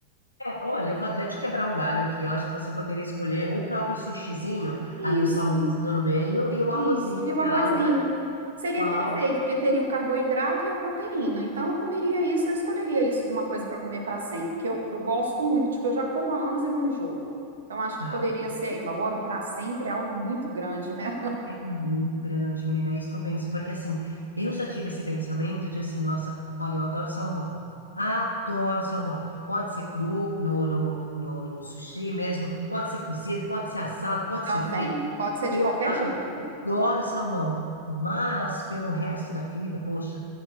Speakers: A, on the left; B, on the right.
A: É, olha, eu vou até te quebrar um galho aqui. Eu acho que você poderia escolher o próprio sushizinho,
B: Isso,
A: ali o salmãozinho no meio, e o arrozinho
B: isso. E o
A: e
B: arrozinho.
A: a alga,
B: Seria
A: com a
B: perfeito,
A: alga.
B: porque teria o carboidrato e a proteína. Então, eu comeria isso, eu escolheria isso de uma coisa para comer para sempre, porque eu, eu gosto muito. Tipo, eu já como há anos e não enjoo. Então, acho
A: Tá,
B: que poderia ser. Agora, o para sempre é algo muito grande, né?
A: é muito grande, menina. É isso que eu penso, porque assim, eu já tive esse pensamento de assim, nossa, olha, eu adoro salmão. Adoro salmão. Pode ser cru no, no, no, no sushi mesmo, pode ser cozido, pode ser assado,
B: <laughs>
A: pode
B: Também.
A: ser frito.
B: Pode ser de
A: Eu
B: qualquer jeito.
A: Adoro salmão, mas pelo resto da vida, poxa,